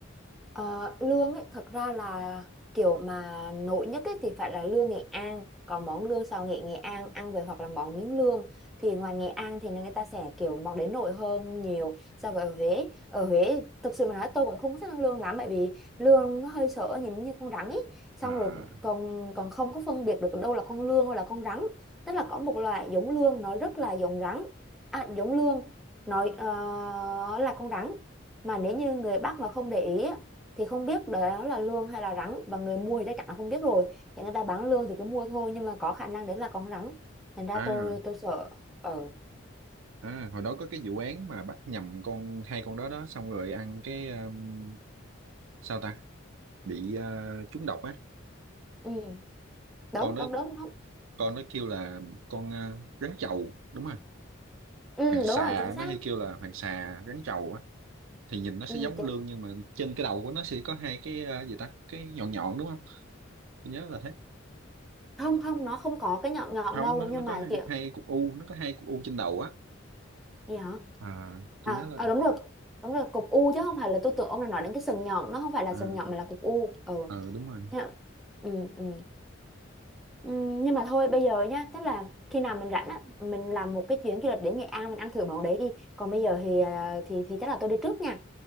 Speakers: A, in the centre; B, on the right.
A: Ờ, lương ấy thật ra là kiểu mà nổi nhất ấy thì phải là lương Nghệ An có món lương xào nghệ Nghệ An ăn về hoặc là món miếng lương thì ngoài Nghệ An thì người ta sẽ kiểu món đến nổi hơn nhiều so với ở Huế ở Huế thực sự mà nói tôi cũng không có thích ăn lương lắm bởi vì lương nó hơi sợ nhìn như con rắn ấy xong
B: À,
A: rồi còn còn không có phân biệt được đâu là con lương hay là con rắn tức là có một loại giống lương nó rất là giống rắn à, giống lương nói ờ, là con rắn mà nếu như người Bắc mà không để ý á, thì không biết đó là lương hay là rắn và người mua thì chắc chắn là không biết rồi thì người ta bán lương thì cứ mua thôi nhưng mà có khả năng đấy là con rắn thành ra
B: à,
A: tôi tôi sợ ờ
B: à hồi đó có cái vụ án mà bắt nhầm con hai con đó đó xong rồi ăn cái um, sao ta? Bị à, trúng độc á.
A: ừ. đúng
B: Con đó
A: đúng đúng đúng
B: con nó kêu là con à, rắn chầu đúng không?
A: ừ,
B: Hoàng xà
A: đúng rồi chính xác
B: nó hay kêu là hoàng xà rắn chầu á thì nhìn nó sẽ
A: ừ,
B: giống
A: chính...
B: lươn nhưng mà trên cái đầu của nó sẽ có hai cái ờ, gì ta cái nhọn nhọn đúng không tôi nhớ là thế
A: không không nó không có cái nhọn nhọn
B: không
A: đâu
B: nó
A: nhưng
B: nó
A: mà
B: có hai,
A: kiểu
B: hai cục u nó có hai cục u trên đầu á
A: gì hả
B: à tôi
A: à,
B: nhớ là
A: à đúng rồi đúng rồi cục u chứ không phải là tôi tưởng ông là nói đến cái sừng nhọn nó không phải là
B: à,
A: sừng nhọn mà là cục u ừ.
B: ờ à, đúng rồi
A: Thế ạ. ừ, ừ. Ừm, nhưng mà thôi bây giờ nhá tức là khi nào mình rảnh á mình làm một cái chuyến du lịch đến Nghệ An mình ăn thử món đấy đi còn bây giờ thì à, thì thì chắc là tôi đi trước nha